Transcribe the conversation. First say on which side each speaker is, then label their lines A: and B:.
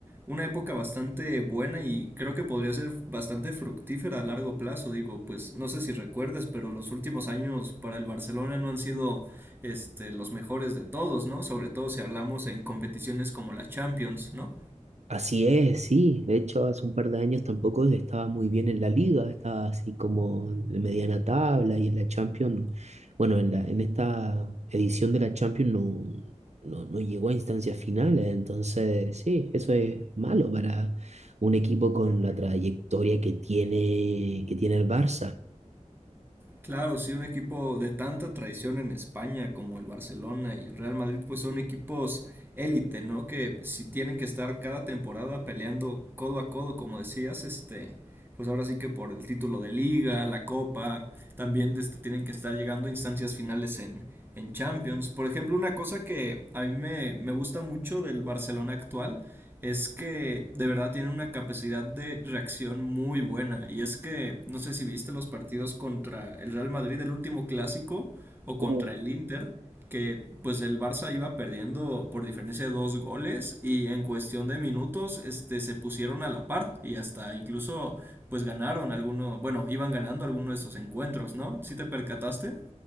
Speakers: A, on the right; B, on the right.
A: una época bastante buena y creo que podría ser bastante fructífera a largo plazo, digo, pues no sé si recuerdes, pero los últimos años para el Barcelona no han sido este, los mejores de todos, ¿no? Sobre todo si hablamos en competiciones como la Champions, ¿no?
B: Así es, sí. De hecho, hace un par de años tampoco estaba muy bien en la liga, estaba así como de mediana tabla y en la Champions, bueno, en la, en esta edición de la Champions no, no, no llegó a instancias finales, entonces sí, eso es malo para un equipo con la trayectoria que tiene, que tiene el Barça.
A: Claro, sí un equipo de tanta tradición en España como el Barcelona y el Real Madrid, pues son equipos élite, ¿no? Que si tienen que estar cada temporada peleando codo a codo, como decías, este, pues ahora sí que por el título de liga, la copa, también este, tienen que estar llegando a instancias finales en, en Champions. Por ejemplo, una cosa que a mí me, me gusta mucho del Barcelona actual es que de verdad tienen una capacidad de reacción muy buena. Y es que, no sé si viste los partidos contra el Real Madrid, el último clásico, o contra
B: Uh,
A: el Inter, que pues el Barça iba perdiendo por diferencia de dos goles y en cuestión de minutos este, se pusieron a la par y hasta incluso pues ganaron algunos, bueno, iban ganando algunos de esos encuentros, ¿no? ¿Sí te percataste?